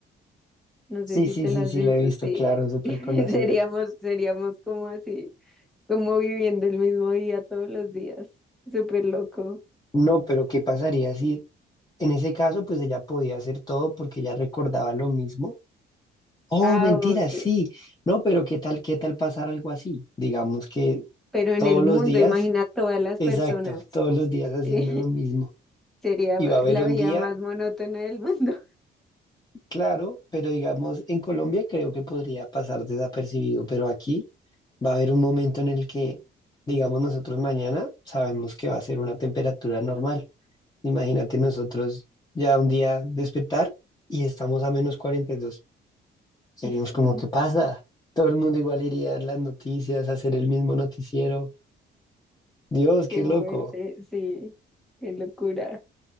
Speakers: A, in the centre; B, on the left.
A: No
B: Sí,
A: sé si
B: sí,
A: te
B: sí,
A: la has
B: sí,
A: visto,
B: la he visto,
A: sí,
B: claro, súper
A: <laughs> seríamos,
B: conocida.
A: seríamos como así. como viviendo el mismo día todos los días. Súper loco.
B: No, pero ¿qué pasaría si En ese caso, pues ella podía hacer todo porque ella recordaba lo mismo. Oh,
A: Ah,
B: mentira,
A: ok.
B: sí. No, pero ¿qué tal, qué tal pasar algo así? Digamos que
A: Pero en
B: todos
A: el
B: los
A: mundo,
B: días,
A: imagina todas las
B: exacto,
A: personas.
B: todos los días haciendo
A: Sí,
B: lo mismo.
A: <laughs> Sería
B: Y va a haber
A: la
B: un
A: vida
B: día,
A: más monótona del mundo.
B: claro, pero digamos, en Colombia creo que podría pasar desapercibido, pero aquí va a haber un momento en el que, digamos, nosotros mañana sabemos que va a ser una temperatura normal. Imagínate nosotros ya un día despertar y estamos a menos 42. Seríamos
A: <laughs>
B: como, ¿qué pasa? Todo el mundo igual iría a ver las noticias, a hacer el mismo noticiero. Dios, qué
A: Qué
B: loco.
A: fuerte, sí. Qué locura.